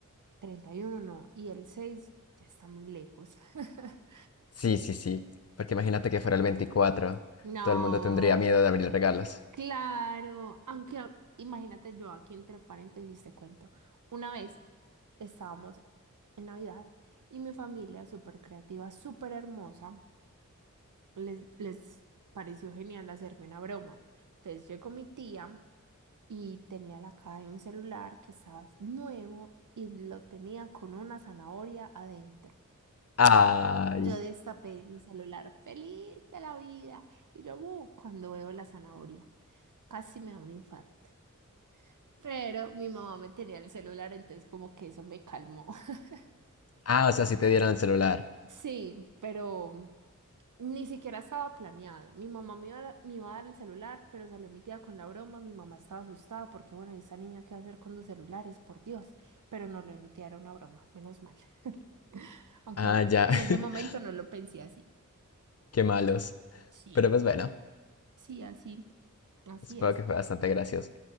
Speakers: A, on the right; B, on the left.
A: 31, no, y el 6 ya está muy lejos. <laughs>
B: Sí, sí, sí. Porque imagínate que fuera el 24,
A: No,
B: Todo el mundo tendría miedo de abrir regalos.
A: claro, aunque a- imagínate yo aquí entre paréntesis te cuento, una vez estábamos en Navidad y mi familia súper creativa, súper hermosa, les, les pareció genial hacerme una broma. Entonces llegó mi tía y tenía la caja de un celular que estaba nuevo y lo tenía con una zanahoria adentro.
B: Ay.
A: Yo destapé el celular, feliz de la vida. Y yo, "Uh", cuando veo la zanahoria, casi me da un infarto. Pero mi mamá me tenía el celular, entonces como que eso me calmó. <laughs>
B: Ah, o sea, si te dieran el celular.
A: Sí, pero ni siquiera estaba planeado. Mi mamá me iba, a dar me iba a dar el celular, pero salió mi tía con la broma. Mi mamá estaba asustada porque, bueno, esa niña qué va a hacer con dos celulares? Por Dios. Pero no lo de mi tía era una broma, menos mal. <laughs> Aunque
B: Ah,
A: al-
B: ya.
A: en ese
B: <laughs>
A: momento no lo pensé así.
B: Qué malos.
A: Sí.
B: Pero pues bueno,
A: Sí, así, así
B: supongo
A: es.
B: que fue bastante gracioso.